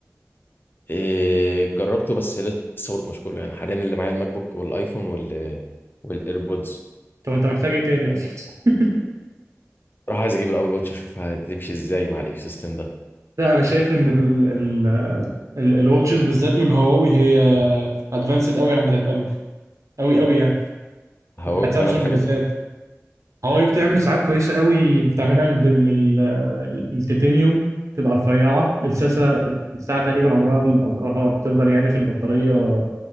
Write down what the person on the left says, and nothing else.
إيه جربته بس لسه برضه مش كله يعني حاليا اللي معايا الماك بوك والايفون وال والايربودز
راح عايز اجيب الابل واتش اشوفها هتمشي ازاي مع الايكو سيستم ده
هواوي
بتعمل
حاجات